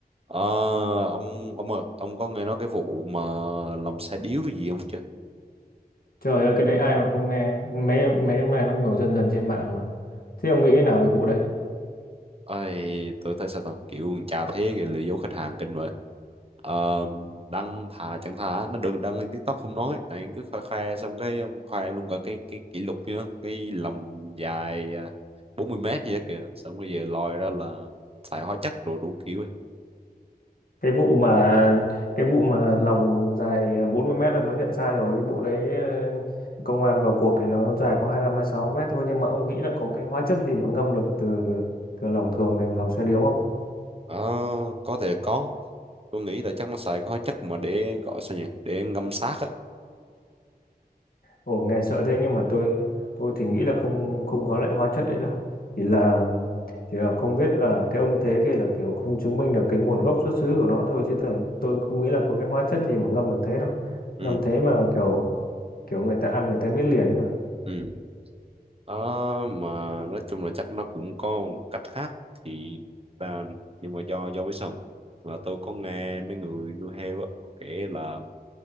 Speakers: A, on the right; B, on the left.
A: Ờ, ông ông ơi, ông có nghe nói cái vụ mà lòng xe điếu cái gì không chưa?
B: Trời ơi, cái đấy ai mà không nghe. Mấy mấy hôm nay nó nổi dần dần trên mạng mà. Thế ông nghĩ thế nào về vụ đấy?
A: Ai, tôi thấy sao ta kiểu con chà thế kìa lừa dối khách hàng kinh vậy. Ờ, đăng thà chẳng thà nó đừng đăng lên TikTok không nói, này cứ khoe khoe xong cái um, khoe luôn cả cái cái kỷ lục kia, cái lòng dài à, 40 mét gì đó kìa, xong bây giờ lòi ra là xài hóa chất rồi đủ kiểu ấy.
B: Cái vụ mà cái vụ mà lòng dài à, 40 mét là nó nhận sai rồi. Cái bộ đấy ờ, công an vào cuộc thì nó dài có 25 sáu mét thôi nhưng mà ông nghĩ là có cái hóa chất gì mà ngâm được từ từ lòng thường thành lòng xe điếu
A: Ờ, có thể có, tôi nghĩ là chắc nó xài cái hóa chất mà để gọi sao nhỉ, để ngâm xác á.
B: Ồ nghe sợ thế nhưng mà tôi tôi thì nghĩ là không không có loại hóa chất đấy đâu. Chỉ là chỉ là không biết là cái ông thế kia là kiểu không chứng minh được cái nguồn gốc xuất xứ của nó thôi chứ tôi, tôi không nghĩ là có cái hóa chất gì mà ngâm bằng thế đâu.
A: Ừ,
B: Ngâm thế mà kiểu kiểu người ta ăn người ta biết liền mà.
A: ừ. Ờ, mà nói chung là chắc nó cũng có một cách khác thì ta nhưng mà do do với sao là tôi có nghe mấy người nuôi heo á họ kể là